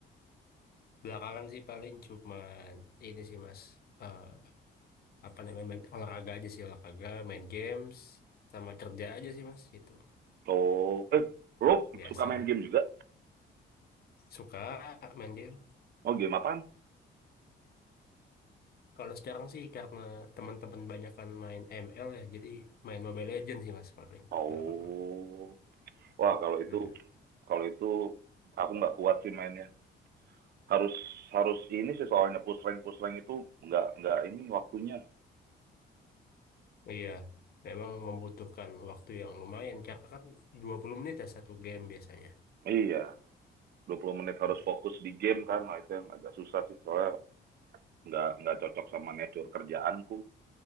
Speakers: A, on the left (about 50°); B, on the right (about 55°).
A: Belakangan sih paling cuman ini sih Mas. Eh, apa namanya main olahraga aja sih olahraga, main games, sama kerja aja sih Mas. Itu
B: Oh, eh lu
A: biasalah.
B: suka main game juga?
A: Suka main game.
B: Oh, game apaan?
A: Kalau sekarang sih karena teman-teman banyak kan main ML ya, jadi main Mobile Legends sih Mas paling
B: Oh.
A: belakangan.
B: Wah, kalau itu
A: Hmm.
B: kalau itu aku nggak kuat sih mainnya. Harus harus ini sih soalnya push rank push rank itu nggak nggak ini waktunya.
A: Iya. Memang membutuhkan waktu yang lumayan karena kan 20 menit ya satu game biasanya.
B: Iya, 20 menit harus
A: Hmm.
B: fokus di game kan, nah itu yang agak susah sih soalnya nggak nggak cocok sama nature kerjaanku.